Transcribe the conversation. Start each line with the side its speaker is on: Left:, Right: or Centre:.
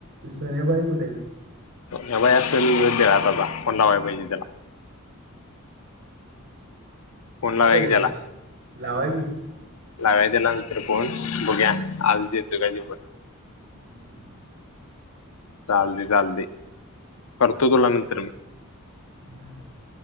Right: सन्याबाई कुठे आहेत.
Left: हे असेल आता आता कोंला व्हा पाहिजे त्याला. फोन
Right: कुठे
Left: लावा की त्याला.
Right: आहे? लावा की
Left: लागायचं ना नंतर फोन बघूया आज देतोय का जेवण
Right: ह.
Left: चालते चालते करतो तुला नंतर मग.
Right: <unintelligible>